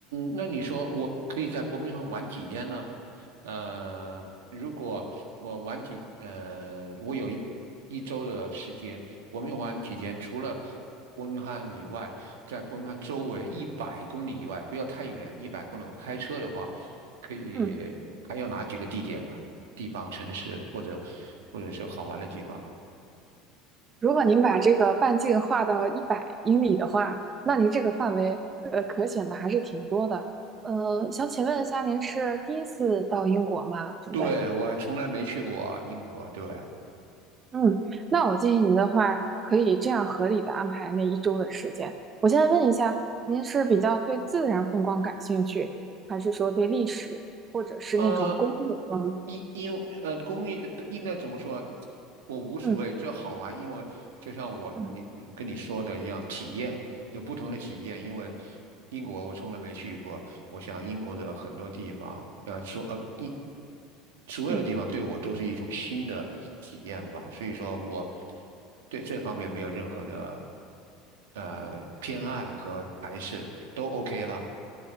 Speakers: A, on the right (about 85°); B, on the right (about 35°).
A: 那你说我可以在伯明翰玩几天呢？呃，如果我玩几呃，我有一一周的时间，伯明翰几天，除了伯明翰以外，在伯明翰周围一百公里以外，不要太远，一百公里，我开车的话，可以还有哪几个地点呢？
B: 嗯，
A: 地方、城市或者或者是好玩的地方？
B: 如果您把这个半径画到一百英里的话，那您这个范围呃可选的还是挺多的。呃，想请问一下，您是第一次到英国吗？准备？
A: 对，我还从来没去过英国。对，
B: 嗯，那我建议您的话，可以这样合理的安排那一周的时间。我现在问一下，您是比较对自然风光感兴趣，还是说对历史，或者是那种工业风？
A: 呃，因因呃，公业应该怎么说？我无所谓，
B: 嗯
A: 这好玩，因为就像我你你我跟你说的一样，
B: 嗯
A: 体验有不同的体验。因为英国我从来没去过，我想英国的很多地方，呃，说呃英所有的地方对我都是一种新的体验吧。
B: 嗯，
A: 所以说我对这方面没有任何的呃偏爱和排斥，都 OK 啦。